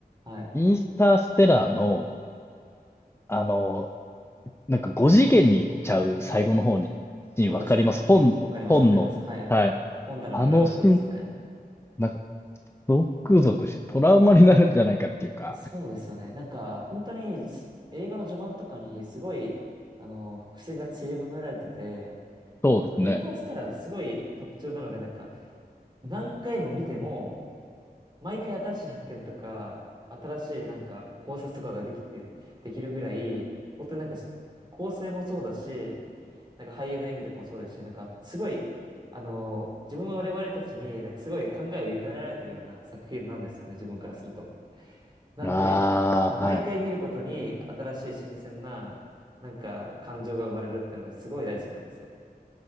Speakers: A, on the right; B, on the left.
A: はい。
B: インスターステラーの、あの、なんか5次元に行っちゃう最後の方に、
A: はい。
B: シーンわかります本、
A: そうですね。わかります、
B: 本の、
A: わかります。はい。
B: はい。
A: 本棚の裏のとこですよね。
B: あのシーン、なんか、ゾクゾクしてトラウマになるんじゃないかっていうか、
A: そうですよね。なんか、本当にす映画の序盤とかにすごい、あの、伏線が散りばめられてて、
B: そうですね。
A: あの、インターステラーのすごい特徴なのが、なんか、何回も見ても、毎回新しい発見とか、新しいなんか考察とかができて、できるぐらい、本当になんかし構成もそうだし、なんか俳優の演技とかもそうですし、なんかすごい、あのー自分我々たちになんかすごい考えを委ねられてるような作品なんですよね、自分からすると。なんで、
B: ああ、
A: なんか毎回見ることに新しい新鮮な、
B: はい。
A: なんか感情が生まれるっていうのがすごい大好きなんですよ。